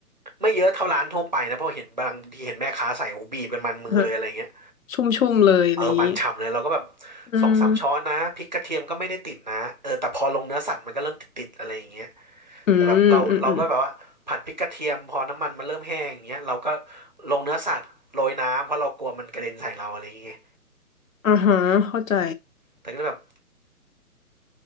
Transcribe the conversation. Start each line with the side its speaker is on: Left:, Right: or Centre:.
Right: ไม่เยอะเท่าร้านทั่วไปนะเพราะเห็นบางทีเห็นแม่ค้าใส่โอ้บีบกันมันมือเลยอะไรเงี้ย
Left: ฮะชุ่มๆเลยอะไรอย่างนี้
Right: เออมันฉ่ำเลยเราก็แบบ
Left: อืม
Right: สองสามช้อนนะพริกกระเทียมก็ไม่ได้ติดนะเออแต่พอลงเนื้อสัตว์มันก็เริ่มติดๆอะไรอย่างเงี้ย
Left: อืมอืมอืม
Right: แต่แบบเราเราก็แบบว่าผัดพริกกระเทียมพอน้ำมันมันเริ่มแห้งอย่างเงี้ยเราก็ลงเนื้อสัตว์โรยน้ำเพราะเรากลัวมันกระเด็นใส่เราอะไรอย่างเงี้ย
Left: อ่าฮะเข้าใจ
Right: แต่ก็เลยแบบ